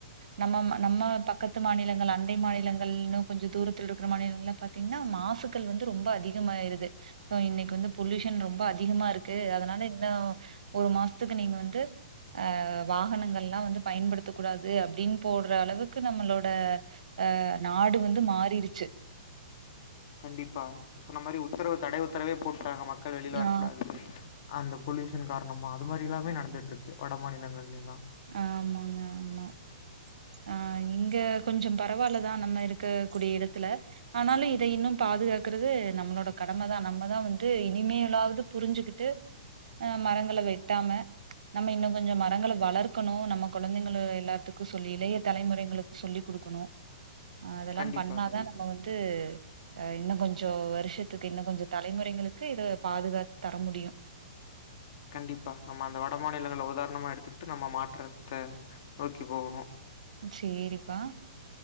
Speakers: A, on the right; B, on the left.
A: நம்ம நம்ம பக் பக்கத்து மாநிலங்கள் அண்டை மாநிலங்கள்ன்னு கொஞ்சம் தூரத்துலருக்குற மாநிலங்கள்லாம் பாத்தீங்கன்னா மாசுக்கள் வந்து ரொம்ப அதிகம் அதிகமாயிருது சோ இன்னைக்கு வந்து பொலியூஷன் ரொம்ப அதிகமா இருக்கு அதனால இன்னும் ஒரு மாச த்துக்கு நீங்க வந்து ஆ வாகனங்கள்லாம் வந்து பயன்படுத்தக் கூடாது அப்டின்னு போட்ற அளவுக்கு நம்மளோட ஆ நாடு வந்து மாறிரி
B: கண்டிப்பா நீங்க சொன்ன மாறி உத்தரவு தடை உத்தரவே போட்டாங்க மக் கள் வெளில வரக்கூடாது
A: ஆ
B: அந்த பொலியூஷன் காரணமா அதுமாரிலாமே நடந்துட்ருக்கு வட மாநிலங்கள்லேலா
A: ஆமாங்க ஆமா
B: <inaudible>
A: ஆ இங்க கொஞ்சோ பரவால்லதா நம்ம இருக்கக்கூடிய இடத்துல ஆனாலு இத இன்னு பாதுகாக்குறது நம்மளோட கடமதா நம்மதா வந்து இனிமேலாவது புரிஞ்சுக்கிட் ட்டு மரங்கள வெட்டாம நம்ம இன்னு கொஞ்சோ மரங்கள வளர்க் கணு நம்ம கொழந்தைங்கள எல்லாத்துக்கு சொல்லி இளைய தலைமுறைங்களுக்கு சொல்லி குடுக்கணு அதெல்லா
B: கண்டிப்பா
A: பண்ணாதா
B: கண்டிப்பா
A: நம்ம வந்து ஆ இன்னு கொஞ் கொஞ்சோ வருஷத்துக்கு இன்னு கொஞ்சோ தலைமுறைங்களுக்கு இத பாதுகாத்து தர முடியு
B: கண்டிப்பா நம்ம அந்த வட மாநிலங்கள உதாரணமா எடுத்துக்கிட்டு நம்ம மாற்றத்த நோக்கி போவணு
A: சேரிப்பா